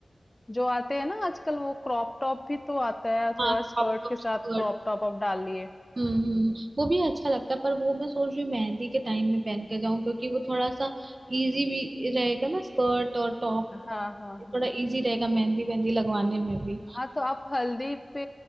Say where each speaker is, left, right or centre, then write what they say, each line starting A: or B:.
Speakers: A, on the left; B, on the right.
A: जो आते हैं ना आजकल वो क्रॉप टॉप भी तो आता है
B: हाँ
A: थोड़ा
B: क्रॉप
A: स्कर्ट
B: टॉप
A: के
B: स्कर्ट
A: साथ क्रॉप टॉप आप डाल लिए
B: हम्म हम्म, हम्म। वो भी अच्छा लगता है पर वो मैं सोच रही हूँ मेहंदी के टाइम में पहन के जाऊं क्योंकि वो थोड़ा सा इजी भी रहेगा ना स्कर्ट और टॉप
A: हाँ हाँ हाँ
B: थोड़ा इजी रहेगा मेहंदी वेहंदी लगवाने में भी
A: हाँ तो आप हल्दी पे